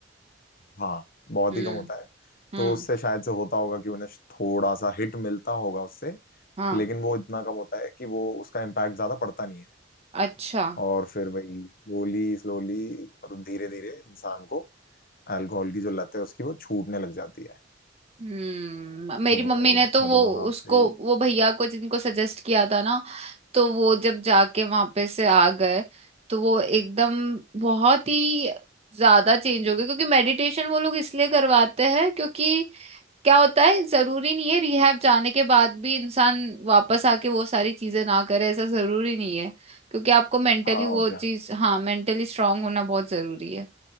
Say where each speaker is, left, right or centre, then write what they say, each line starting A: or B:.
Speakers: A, on the left; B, on the right.
A: हाँ बहुत
B: हम्म
A: ही कम होता है
B: हम्म
A: तो उससे शायद से होता होगा कि उन्हें थोड़ा सा हिट मिलता होगा उससे
B: हाँ
A: लेकिन वो इतना कम होता है कि वो उसका इम्पैक्ट ज्यादा पड़ता नहीं है
B: अच्छा
A: और फिर वही स्लोली स्लोली मतलब धीरे धीरे इंसान को अल्कोहल की जो लत है उसकी वो छूटने लग जाती है
B: हम्म मेरी
A: तो वो
B: मम्मी ने तो
A: मतलब
B: वो
A: वहां
B: उसको
A: से
B: वो भैया को जिनको सजेस्ट किया था ना तो वो जब जाके वहां पे से आ गए तो वो एकदम बहुत ही ज्यादा चेंज हो गए क्योंकि मेडिटेशन वो लोग इसलिए करवाते हैं क्योंकि क्या होता है जरूरी नहीं है रिहैब जाने के बाद भी इंसान वापस आके वो सारी चीजें ना करे ऐसा जरूरी नहीं है क्योंकि आपको मेंटली
A: हाँ
B: वो
A: और
B: चीज
A: क्या
B: हाँ मेंटली स्ट्रांग होना बहुत जरूरी है